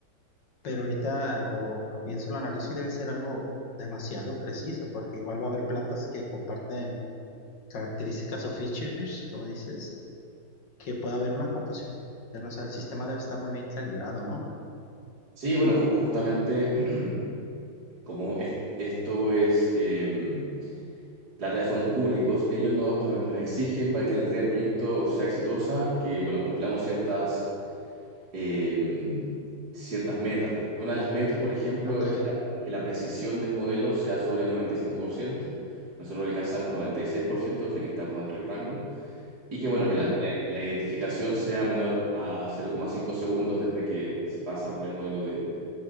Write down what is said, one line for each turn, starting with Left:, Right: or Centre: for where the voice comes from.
Left: pero ahorita lo, lo pienso, lo analizo y debe ser algo demasiado preciso, porque igual va a haber plantas que comparten características o features, como dices, que puede haber una confusión. O sea, el sistema debe estar muy bien calibrado, ¿no?
Right: Sí, bueno, ju- justamente <clears throat> como es- esto es em, plata de fondos públicos, ellos no- no- nos exigen para que la entrega del proyecto sea exitosa, que bueno, cumplamos ciertas eh, ciertas metas. Una de las metas, por ejemplo,
Left: Ok.
Right: es que la, que la precisión del modelo sea sobre el 95%. Nosotros alcanzamos 96%, así que estamos dentro del rango. Y que, bueno,
Left: Ujú,
Right: que la, que la- la identificación sea menor a cero coma cinco segundos desde que se pasa por el modelo de,